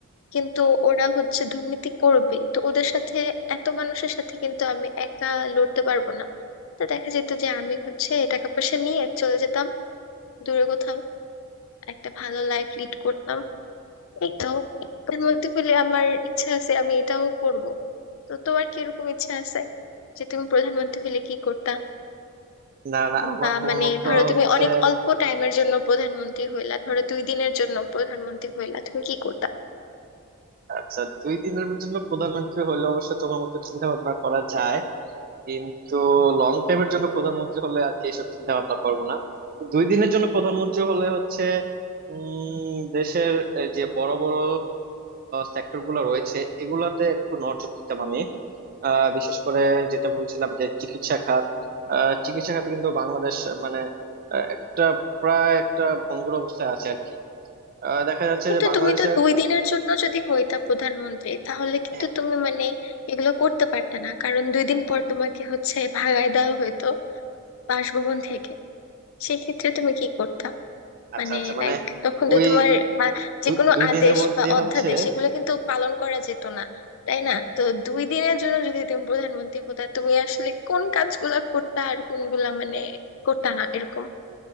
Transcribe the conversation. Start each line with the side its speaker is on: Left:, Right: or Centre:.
Left: কিন্তু ওরা হচ্ছে দুর্নীতি করবে তো ওদের সাথে এত মানুষের সাথে কিন্তু আমি একা লড়তে পারবো না তো দেখা যেত যে আমি হচ্ছে টাকা পয়সা নিয়ে চলে যেতাম দূরে কোথাও একটা ভালো লাইফ লিড করতাম এই তো প্রধানমন্ত্রী হলে আমার ইচ্ছা আছে আমি এটাও করব তো তোমার কি এরকম ইচ্ছা আছে যে তুমি প্রধানমন্ত্রী হলে কি করতা
Right: না না আমার
Left: বা
Right: তোমার
Left: মানে
Right: মতো
Left: ধরো
Right: হচ্ছে
Left: তুমি অনেক অল্প টাইমের জন্য প্রধানমন্ত্রী হইলা ধরো দুই দিনের জন্য প্রধানমন্ত্রী হইলা তুমি কি করতা
Right: আচ্ছা দুই দিনের জন্য প্রধানমন্ত্রী হলে অবশ্য তোমার মতো চিন্তা ভাবনা করা যায় কিন্তু লং টাইমের জন্য প্রধানমন্ত্রী হলে আর কি এসব চিন্তা ভাবনা করবো না তো দুই দিনের জন্য প্রধানমন্ত্রী হলে হচ্ছে উম দেশের এই যে বড় বড় সেক্টর গুলো রয়েছে এগুলাতে একটু নজর দিতাম আমি আহ, বিশেষ করে যেটা বলছিলাম যে চিকিৎসা খাত আহ, চিকিৎসা খাতে কিন্তু বাংলাদেশ মানে আহ, একটা প্রায় একটা ভঙ্গুর অবস্থায় আছে আর কি আহ, দেখা যাচ্ছে
Left: কিন্তু
Right: যে বাংলাদেশের
Left: তুমি তো দুই দিনের জন্য যদি হইতা প্রধানমন্ত্রী তাহলে কিন্তু
Right: হ্যাঁ,
Left: তুমি মানে এগুলো করতে পারতা না কারণ দুই দিন পর তোমাকে হচ্ছে ভাগায় দেওয়া হইতো বাসভবন থেকে সেক্ষেত্রে তুমি কি করতা
Right: আচ্ছা
Left: মানে
Right: আচ্ছা মানে
Left: লাইক তখন তো
Right: ওই
Left: তোমার আহ, যে
Right: দু-
Left: কোনো
Right: দুই
Left: আদেশ
Right: দিনের মধ্যে
Left: বা অধ্যাদেশ
Right: হচ্ছে
Left: এগুলো কিন্তু পালন করা যেত না তাই না তো দুই দিনের জন্য যদি তুমি প্রধানমন্ত্রী হতা তুমি আসলে কোন কাজগুলা করতা আর কোনগুলা মানে করতা না এরকম